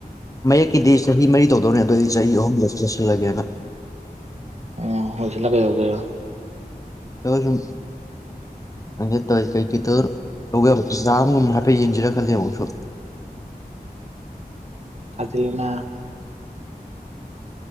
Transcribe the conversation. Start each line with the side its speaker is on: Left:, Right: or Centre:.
Left: ꯃꯌꯦꯛꯀꯤꯗꯤ ꯆꯍꯤ ꯃꯔꯤ ꯇꯧꯗꯧꯅꯦ ꯑꯗꯨꯏꯗꯤ ꯆꯍꯤ ꯑꯍꯨꯝꯗꯨꯗ ꯂꯣꯏꯁꯤꯜꯂꯒꯦꯅ
Right: ꯎꯝ ꯂꯣꯏꯁꯤꯜꯂ ꯀꯩꯗꯧꯒꯦꯕ
Left: <unintelligible> ꯁꯨꯝ ꯍꯪꯗꯦ ꯇꯧꯋ ꯀꯩꯀꯩ ꯇꯧꯒ ꯌꯥꯕ ꯑꯦꯛꯖꯥꯝꯒꯨꯝꯕ ꯍꯥꯏꯐꯦꯠ ꯌꯦꯡꯁꯤꯔ ꯈꯜꯂꯤ ꯑꯃꯨꯛꯁꯨ
Right: ꯑꯣ ꯊꯥꯖꯧꯅꯥ